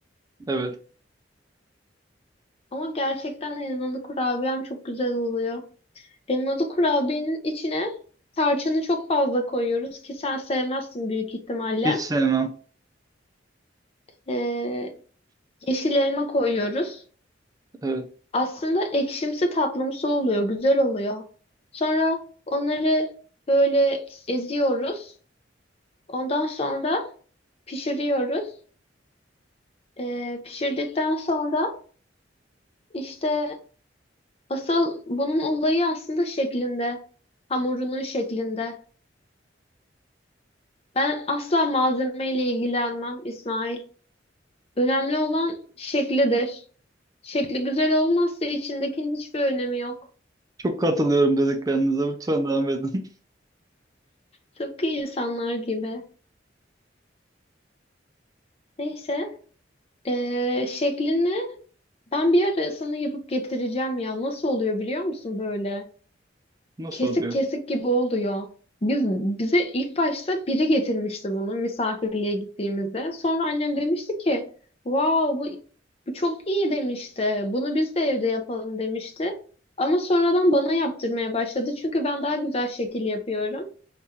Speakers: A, on the right; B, on the left.
A: Evet,
B: Ama gerçekten elmalı kurabiyem çok güzel oluyor. Elmalı kurabiyenin içine tarçını çok fazla koyuyoruz ki sen sevmezsin büyük ihtimalle.
A: hiç sevmem.
B: Ee, yeşil elma koyuyoruz.
A: Evet.
B: Aslında ekşimsi tatlımsı oluyor, güzel oluyor. Sonra onları böyle eziyoruz. Ondan sonra pişiriyoruz. Ee, pişirdikten sonra işte asıl bunun olayı aslında şeklinde. Hamurunun şeklinde. Ben asla malzemeyle ilgilenmem İsmail. Önemli olan şeklidir. Şekli güzel olmazsa içindekinin hiçbir önemi yok.
A: Çok katılıyorum dediklerinize. Lütfen devam edin.
B: Tıpkı insanlar gibi. Neyse, ee, şeklini ben bir arasını yapıp getireceğim ya. Nasıl oluyor biliyor musun böyle?
A: <laughs>
B: Kesik
A: Nasıl oluyor?
B: kesik gibi oluyor. Biz, bize ilk başta biri getirmişti bunu misafirliğe gittiğimizde. Sonra annem demişti ki, wow bu, bu çok iyi demişti. Bunu biz de evde yapalım demişti. Ama sonradan bana yaptırmaya başladı. Çünkü ben daha güzel şekil yapıyorum.